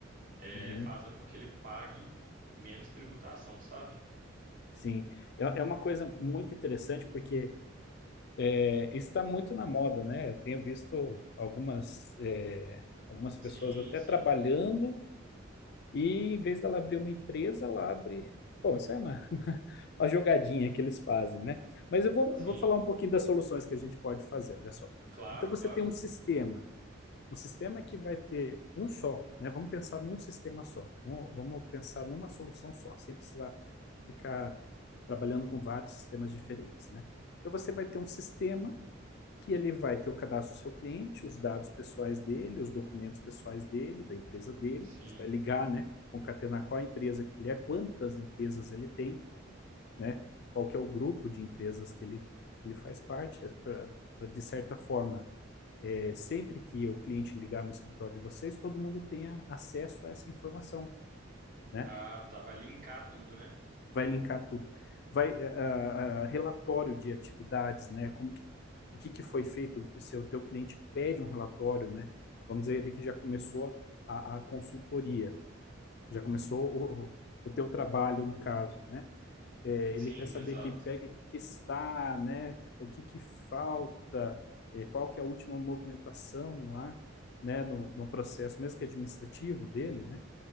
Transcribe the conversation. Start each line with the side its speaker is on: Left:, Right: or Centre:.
Right: é,
Left: uhum,
Right: fazendo com que ele pague menos tributação, sabe?
Left: sim. É, é uma coisa muito interessante porque É, isso está muito na moda, né? Eu tenho visto algumas, é, algumas pessoas
Right: Sim,
Left: até
Right: sim,
Left: trabalhando e em vez dela abrir uma empresa, ela abre. Bom, isso é uma, <laughs> uma jogadinha que eles fazem, né? Mas eu vou,
Right: sim,
Left: vou falar um pouquinho das soluções que a gente pode fazer, olha só.
Right: claro,
Left: Então você
Right: claro,
Left: tem um sistema, um sistema que vai ter um só, né? Vamos pensar num sistema só, vamos vamos pensar numa solução só, sem precisar ficar trabalhando com vários sistemas diferentes, né? Então você vai ter um sistema que ele vai ter o cadastro do seu cliente, os dados pessoais dele, os documentos pessoais dele, da empresa dele.
Right: sim.
Left: Você vai ligar, né? Concatenar qual a empresa que ele é, quantas empresas ele tem, né? Qual que é o grupo de empresas que ele, ele faz parte, para, de certa forma, é, sempre que o cliente ligar no escritório de vocês, todo mundo tenha acesso a essa informação, né?
Right: Ah, tá, vai linkar tudo, né?
Left: vai linkar tudo. Vai ah, ah, relatório de atividades, né? Como que o que que foi feito? Se o teu cliente pede um relatório, né? Vamos dizer ali que já começou a, a consultoria, já começou o, o teu trabalho no caso, né? É,
Right: Sim,
Left: ele quer saber
Right: exato,
Left: que pega que está, né? O que que falta? é, qual que é a última movimentação lá, né? No, no processo, mesmo que administrativo dele, né?